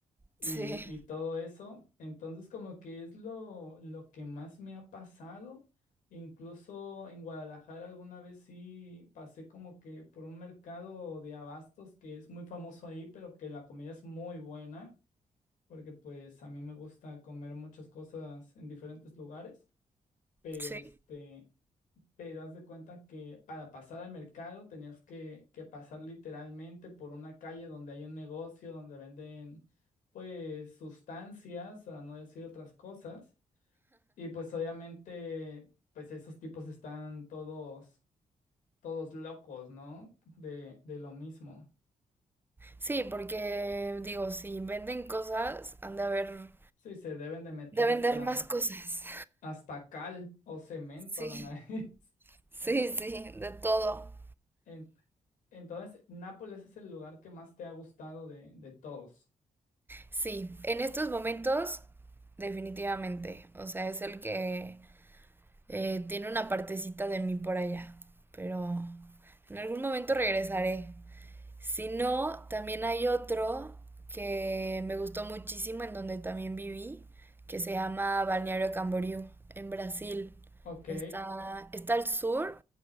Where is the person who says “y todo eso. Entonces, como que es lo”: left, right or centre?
Left